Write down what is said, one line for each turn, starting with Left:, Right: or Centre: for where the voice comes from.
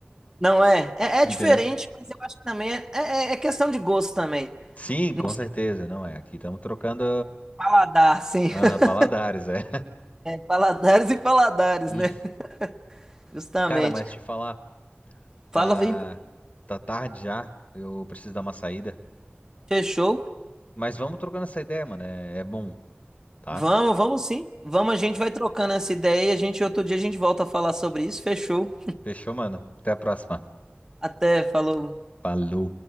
Right: Não é. É, é
Left: <laughs> entendeu?
Right: diferente, mas eu acho que também é, é, é é questão de gosto também.
Left: Sim,
Right: Não
Left: com
Right: sei,
Left: certeza, não é. Aqui estamos trocando,
Right: paladar, sim.
Left: aham,
Right: <laughs>
Left: paladares, é.
Right: Paladares e paladares,
Left: <laughs>
Right: né? <laughs> Justamente.
Left: Cara, mas te falar
Right: Fala,
Left: Tá,
Right: vem.
Left: tá tarde já. Eu preciso dar uma saída.
Right: Fechou.
Left: Mas vamos trocando essa ideia, mano. É, é bom, tá?
Right: Vamos, vamos sim. Vamos, a gente vai trocando essa ideia e a gente outro dia a gente volta a falar sobre isso. Fechou.
Left: Fechou, mano. Até a próxima.
Right: Até, falou.
Left: Falou.